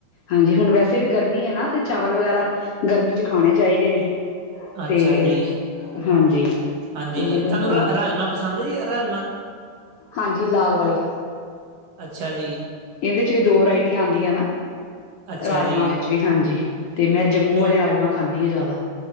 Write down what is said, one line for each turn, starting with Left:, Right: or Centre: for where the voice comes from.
Left: ਹਾਂਜੀ ਹੁਣ ਵੈਸੇ ਵੀ ਗਰਮੀ ਏ ਨਾ, ਤੇ ਚਾਵਲ ਵਗੈਰਾ ਗਰਮੀ ਚ ਖਾਣੇ ਚਾਹੀਦੇ ਨੇ।
Right: ਅੱਛਾ
Left: ਤੇ
Right: ਜੀ
Left: ਹਾਂਜੀ,
Right: ਹਾਂਜੀ
Left: ਤੇ ਮੈਨੂੰ
Right: ਜੀ ਤੁਹਾਨੂੰ
Left: ਤਾਂ
Right: ਰਾ ਰਾਜਮਾਂ ਪਸੰਦ ਜੀ ਰਾਜਮਾਂ?
Left: ਹਾਂਜੀ ਲਾਲ ਵਾਲੇ,
Right: ਅੱਛਾ ਜੀ
Left: ਇਹਦੇ ਚ ਵੀ ਦੋ ਵਰਾਇਟੀਆਂ ਆਂਦੀਆਂ ਨਾ।
Right: ਅੱਛਾ
Left: ਰਾਜਮਾਂ
Right: ਜੀ
Left: ਵਿੱਚ ਵੀ ਹਾਂਜੀ, ਤੇ ਮੈਂ ਜੰਮੂ
Right: ਤੁਸੀਂ
Left: ਵਾਲੇ ਰਾਜਮਾਂ ਖਾਂਦੀ ਹਾਂ ਜ਼ਾਦਾ।